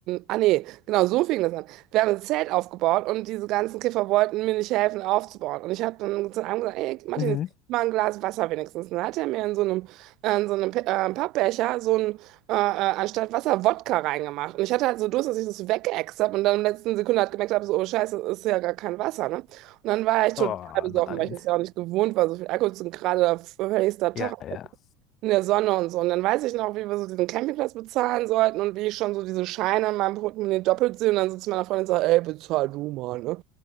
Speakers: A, on the right; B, on the left.
A: ah nee, genau, so fing das an. Wir haben ein Zelt aufgebaut und diese ganzen Kiffer wollten mir nicht helfen aufzubauen. Und ich habe dann zu einem gesagt, ey, Martin,
B: Mhm.
A: jetzt gib mal ein Glas Wasser wenigstens. Und dann hat er mir in so einem, äh, in so einem Pe- äh, Pappbecher so ein, äh, äh, anstatt Wasser Wodka reingemacht. Und ich hatte halt so Durst, dass ich das weggeäxt habe und dann in der letzten Sekunde hat gemerkt habe, so, oh Scheiße, das ist ja gar kein Wasser, ne? Und dann war ich total
B: Oh
A: besoffen,
B: nein.
A: weil ich das ja auch nicht gewohnt war, so viel Alkohol zu gerade höchster Tag
B: Ja, ja.
A: in der Sonne und so. Und dann weiß ich noch, wie wir so diesen Campingplatz bezahlen sollten und wie ich schon so diese Scheine in meinem Portemonnaie doppelt sehe und dann so zu meiner Freundin sage, ey, bezahl du mal, ne?